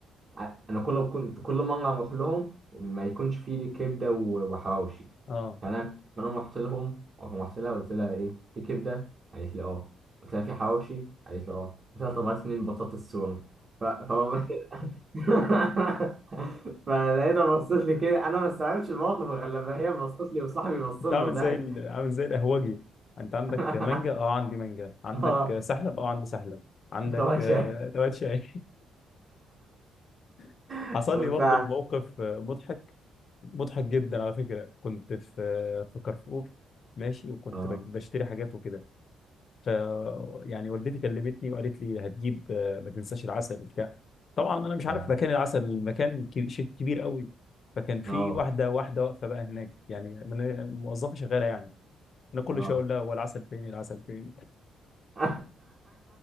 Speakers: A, on the right; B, on the left.
A: آه، انا كل كنت كل مره اروح لهم ما يكونش في كبده و- وحواوشي
B: اه
A: فانا فانا رحت لهم رحت لها قلت لها ايه في كبده قالت لي اه قلت لها في حواوشي قالت لي اه قلت لها طب هات اتنين بطاطس سوري ف... ف... <laughs> فلقيتها بصت لي كده انا ما استوعبتش الموقف غير لما هي بصت لي وصاحبي بص
B: انت
A: له
B: عامل
A: ضحك
B: زي ال... عامل زي القهوجي انت عندك
A: <laughs>
B: مانجا اه عندي مانجا عندك
A: اه
B: سحلب اه عندي سحلب عندك
A: انت ما
B: آه،
A: شايف
B: توات شاي <laughs>
A: <laughs>
B: حصل لي برضه
A: ف
B: موقف آه، مضحك مضحك جدا على فكره كنت في آه، في كارفور ماشي وكنت
A: اه
B: بج- بشتري حاجات وكده ف يعني والدتي كلمتني وقالت لي هتجيب آه، ما تنساش العسل بتاع طبعا انا مش عارف
A: أمم.
B: مكان العسل المكان كبير شيء كبير قوي فكان في
A: اه
B: واحده واحده واقفه بقى هناك يعني من- موظفه شغاله يعني انا كل
A: اه
B: شويه اقول لها هو العسل فين العسل فين
A: <laughs>